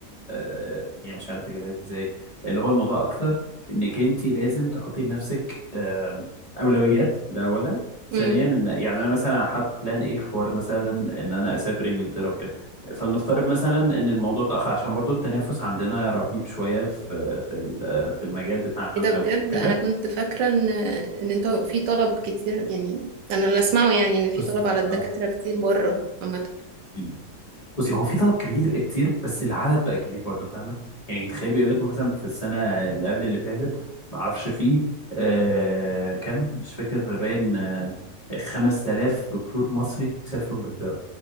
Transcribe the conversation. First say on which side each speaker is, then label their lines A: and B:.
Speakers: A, on the left; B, on the right.
A: آه، يعني مش عارف اجيبها لك ازاي اللي هو الموضوع اكتر انك انت لازم تحطي لنفسك آم، اولويات ده اولا
B: امم
A: ثانيا ان يعني انا مثلا حاطط بلان ايه حوار مثلا ان انا اسافر انجلترا وكده فلنفترض مثلا ان الموضوع اتاخر عشان برضو التنافس عندنا رهيب شويه في في ال- في المجال بتاعنا
B: ايه ده بجد
A: وكده
B: انا كنت فاكره ان ان انت في طلب كتير يعني انا اللي اسمعه يعني ان في
A: بصي
B: طلب على
A: هو
B: الدكاتره كتير بره عامه
A: مم. بصي هو في طلب كبير كتير بس العدد بقى كبير برضه فاهمه يعني تخيل بيقول لك مثلا في السنه اللي قبل اللي فاتت ما اعرفش فيه آه كم مش فاكر باين آه 5000 دكتور مصري سافروا انجلترا